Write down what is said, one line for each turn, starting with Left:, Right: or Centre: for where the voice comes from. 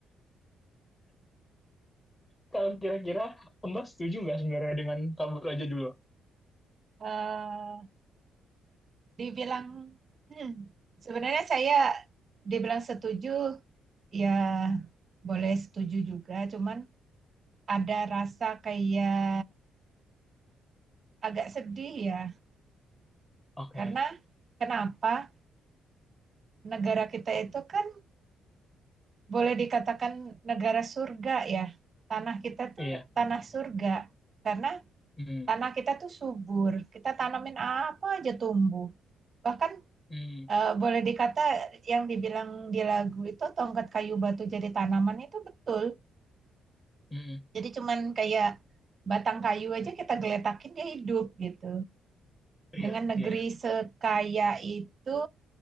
Left: Kalau kira-kira Mbak setuju nggak sebenarnya dengan kabur aja dulu?
Right: Eh, dibilang hmm, sebenarnya saya dibilang setuju ya boleh setuju juga, cuman ada rasa kayak agak sedih ya.
Left: Oke,
Right: Karena kenapa negara kita itu kan boleh dikatakan negara surga ya. Tanah kita tuh
Left: iya
Right: tanah
Left: benar
Right: surga
Left: benar
Right: karena
Left: Hmm,
Right: tanah kita tuh subur. Kita tanamin apa aja tumbuh. Bahkan
Left: hmm,
Right: eh, boleh dikata yang dibilang di lagu itu tongkat kayu batu jadi tanaman itu betul.
Left: hmm,
Right: Jadi cuman kayak batang kayu aja kita geletakin dia hidup gitu.
Left: iya
Right: Dengan negeri
Left: iya iya.
Right: sekaya itu